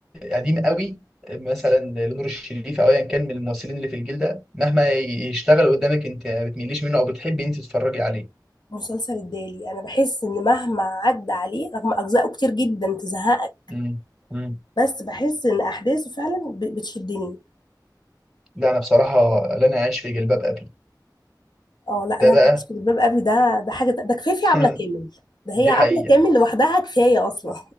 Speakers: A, in the centre; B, on the left.
A: قديم قوي مثلا لنور الشريف أو أيا كان من الممثلين اللي في الجيل ده مهما يشتغل قدامك أنت ما بتميليش منه أو بتحبي أنت تتفرجي عليه
B: مسلسل الدالي انا بحس ان مهما عدى عليه رغم اجزائه كتير جدا تزهقك
A: مم. مم.
B: بس بحس ان احداثه فعلا ب- بتشدني
A: لا أنا بصراحة لا أنا عايش في جلباب أبي
B: اه لا
A: ده
B: لا
A: بقى
B: انت عايش في جلباب ابي ده ده حاجه ده كفايه في
A: <laughs>
B: عبله كامل ده هي
A: دي
B: عبله
A: حقيقة
B: كامل لوحدها كفايه اصلا